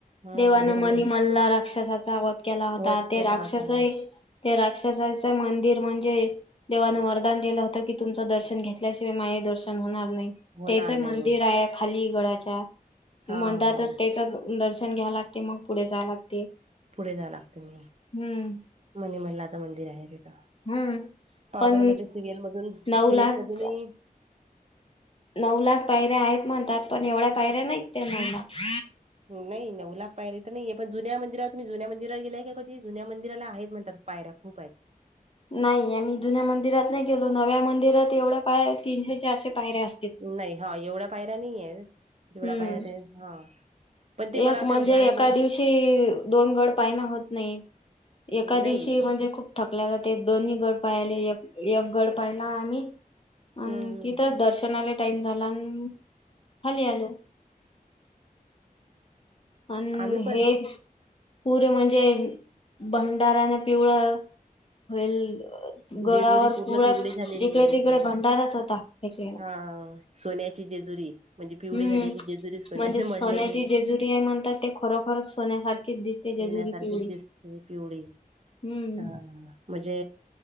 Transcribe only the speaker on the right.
हं
देवाने
वध
केला
होता.
होणार
नाही.
हा
हा
पुढे जावं लागते म
मनीमल्लाचं मंदिर आहे तिथं
पावर
म्हणजे सिरियल मधून
सिरियल
मधूनही
नाही नऊ लाख पाहिले तर नाहीे पण जु्या मंदिराला तुम्ही जु्या मंदिराला गेलाय का क तेी जु्या मंदिराला आहेत म्हणतात. पायऱ्या खूप आहेत.
नाही हा एवढ्या पायऱ नाहीे जेवढा
पायऱ हा. पण ते मला
वाटतं
गाण्यामध्ये
नाही.
हं हं
आम्ही पण
जेजुरी पूर्ण
पिवळी झालेली
आहे
समजा.
हा सोन्याची जेजुरी म्हणजे पिवळी
झालेली जेजुरी सोन्याने
मढलेली.
सोन्यासारखीच
दिसते पिवळी
हा म्हणजे